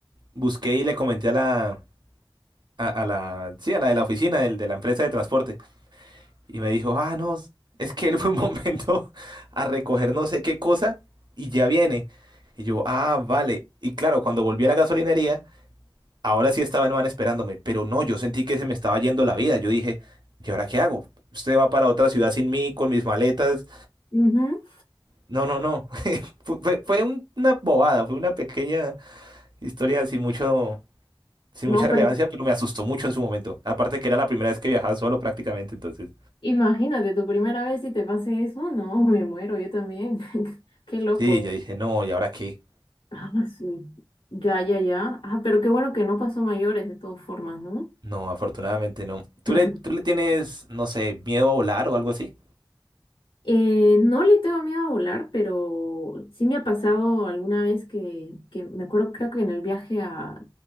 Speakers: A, on the right (about 60°); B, on the left (about 85°).
A: busqué y le comenté a la, a, a la, sí, a la de la oficina del- de la empresa de transporte y me dijo, ah, no, es que él fue un momento <laughs> a recoger no sé qué cosa y ya viene. Y yo, ah, vale. Y claro, cuando volví a la gasolinería Ahora sí estaba el man esperándome, pero no, yo sentí que se me estaba yendo la vida. Yo dije, ¿y ahora qué hago? Usted va para otra ciudad sin mí, con mis maletas.
B: Ujú.
A: No, no, no. <laughs> Fue, fue- fue un- una bobada, fue una pequeña historia sin mucho, sin
B: No,
A: mucha relevancia,
B: pero
A: pero me asustó mucho en su momento. Aparte que era la primera vez que viajaba solo prácticamente, entonces.
B: imagínate, tu primera vez si te pase eso, no, me muero, yo también. <laughs> Qué loco.
A: Sí, yo dije, no, ¿y ahora qué?
B: Ah, sí. Ya, ya, ya. Ah, pero qué bueno que no pasó mayores de todas formas, ¿no?
A: No, afortunadamente no. ¿Tú
B: <laughs>
A: le, tú le tienes, no sé, miedo a volar o algo así?
B: Eh, no le tengo miedo a volar, pero sí me ha pasado alguna vez que, que me acuerdo, creo que en el viaje a,